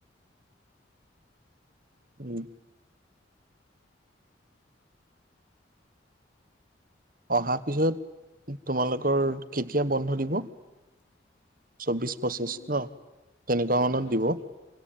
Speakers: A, on the right; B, on the left.
A: উম। অহাৰ পিছত তোমালোকৰ কেতিয়া বন্ধ দিব? চৌবিশ, পঁচিছ
B: উম
A: ন' তেনেকুৱা মানত
B: অ
A: দিব।
B: চবি